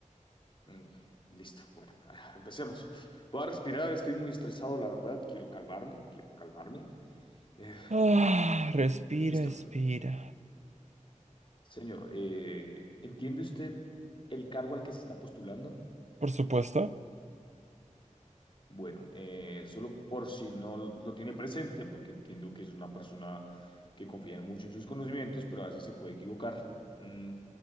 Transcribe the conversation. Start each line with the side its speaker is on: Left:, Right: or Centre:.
Left: mm, listo. Bueno, ah, empecemos. Voy a respirar, estoy muy estresado, la verdad. Quiero calmarme, quiero calmarme. Eh,
Right: Ah,
Left: va,
Right: respira,
Left: listo.
Right: respira.
Left: Señor, eh, ¿entiende usted el cargo al que se está postulando?
Right: Por supuesto,
Left: Bueno, eh, solo por si no lo tiene presente, porque entiendo que es una persona que confía mucho en sus conocimientos, pero a veces se puede equivocar. Mm,